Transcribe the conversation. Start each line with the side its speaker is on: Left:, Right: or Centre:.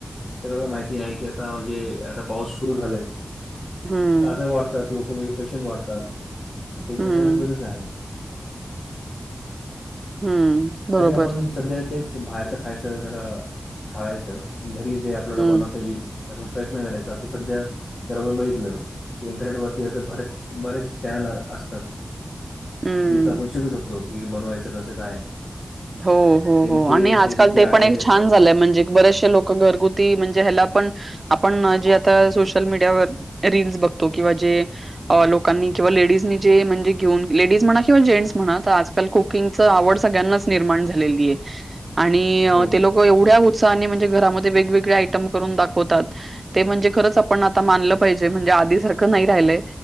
Left: सगळ्याना माहिती आहे की, आता म्हणजे आता पाऊस सुरु झालाय.
Right: हम्म
Left: की आजार वाड वाढतात लोक म्हणजे पेशंट वाढतात, त्यांचा
Right: हम्म
Left: सगळं बिझनेस आहे.
Right: हम्म! बरोबर.
Left: तरी आपण सध्या तेच बाहेरच खायचं जरा टाळायचं, घरी जे आपल्याला
Right: हं,
Left: बनवता येईल त्यातून प्रयत्न करायचा, आता सध्या जर आपण बघितलं की इंटरनेट वरती असं बरेच बरेच चॅनल असतात,
Right: हं.
Left: जिथ आपण शिकू शकतो, कि बनवायचं कसं काय?
Right: हो हो
Left: त्यांचे
Right: हो आणि आजकाल
Left: त्यांचे
Right: ते
Left: आळे
Right: पण एक
Left: देतात
Right: छान झालंय, म्हणजे बरेशे लोक घरगुती म्हणजे, हेला पण आपण जे आता सोशल मीडियावर रीलस् बघतो, किंवा जे अ लोकांनी किंवा लेडीजनी जे म्हणजे, घेऊन लेडीज म्हणा किंवा जेन्स म्हणा तर आज काल कुकिंगचं आवड सगळ्यांनाच निर्माण झालेलीय आणि
Left: हो
Right: ते लोक एवढ्या उत्साहाने म्ह घरामध्ये वेगवेगळे आयटम करून दाखवतात. ते म्हणजे खरंच आपण आता मानलं पाहिजे, म्हणजे आधी सारखं नाही राहिलंय.